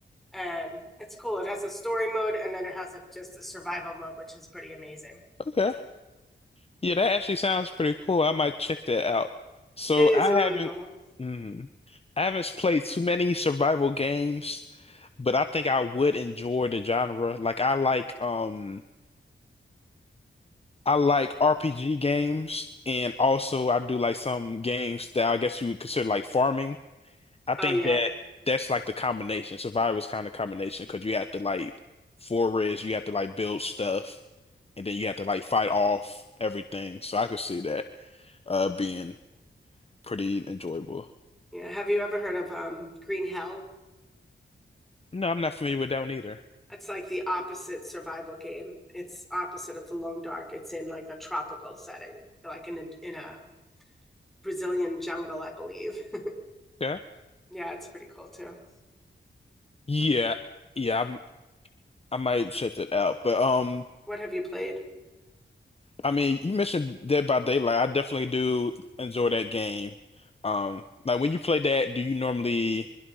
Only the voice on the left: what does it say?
Okay. Yeah, that actually sounds pretty cool. I might check that out. So
I
haven't,
hmm, I haven't played too many survival games, but I think I would enjoy the genre. Like I like, um, I like RPG games, and also I do like some games that I guess you would consider like farming. I
think
that that's like the combination. Survivor's kind of combination because you have to like forage, you have to like build stuff, and then you have to like fight off everything. So I could see that uh being pretty enjoyable.
No, I'm not familiar with that one either.
Yeah.
Yeah. Yeah, I'm, I might check that out. But um
I mean, you mentioned Dead by Daylight. I definitely do enjoy that game. Um like when you play that, do you normally